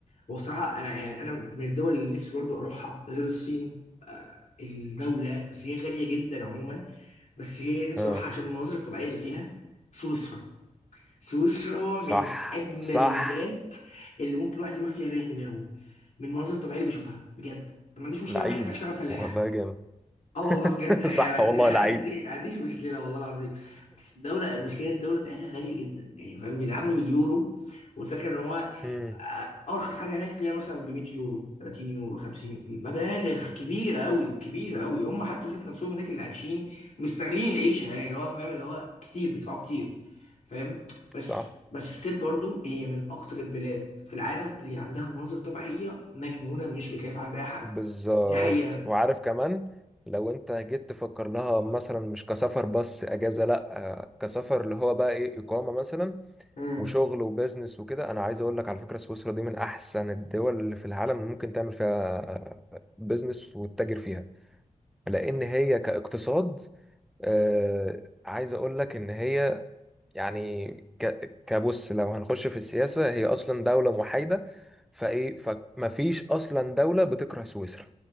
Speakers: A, on the left; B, in the centre.
A: وبصراحه انا يعني انا من الدول اللي نفسي برضو اروحها غير الصين آه، الدوله بس هي غاليه جدا عموما بس هي نفسي
B: اه
A: اروحها عشان المناظر الطبيعيه اللي فيها سويسرا سويسرا
B: صح
A: من اجمل
B: صح
A: البلاد اللي ممكن الواحد يروح فيها يريح دماغه من المناظر الطبيعيه اللي بيشوفها بجد ما عنديش مشكله
B: لعيب
A: اروح هناك اشتغل فلاح
B: والله جامد
A: اه والله بجد
B: <laughs>
A: يعني
B: صح والله لعيب
A: دي دي- ما عنديش مشكله والله العظيم بس الدوله مشكله الدوله بتاعتها غاليه جدا يعني فاهم بيتعاملوا باليورو والفكره ان هو
B: <laughs> مم،
A: آه، ارخص حاجه هناك تلاقيها مثلا ب 100 يورو 30 يورو 50 يورو مبالغ كبيره قوي كبيره قوي هم حتى ذات نفسهم هناك اللي عايشين مستغلين العيشه يعني اللي هو فاهم اللي هو كتير بيدفعوا كتير فاهم بس
B: صح
A: بس ستيل برضو هي من اكتر البلاد في العالم اللي عندها مناظر طبيعيه مجنونه مش بتلاقيها عند اي حد
B: بالظبط
A: دي حقيقه
B: وعارف كمان لو انت جيت تفكر لها مثلا مش كسفر بس اجازه لا آه، كسفر اللي هو بقى ايه اقامه مثلا
A: امم
B: وشغل وبزنس وكده انا عايز اقول لك على فكره سويسرا دي من احسن الدول اللي في العالم اللي ممكن تعمل فيها بزنس وتتاجر فيها لان هي كاقتصاد آه، عايز اقول لك ان هي يعني ك- كبص لو هنخش في السياسة هي أصلا دولة محايدة فإيه فمفيش أصلا دولة بتكره سويسرا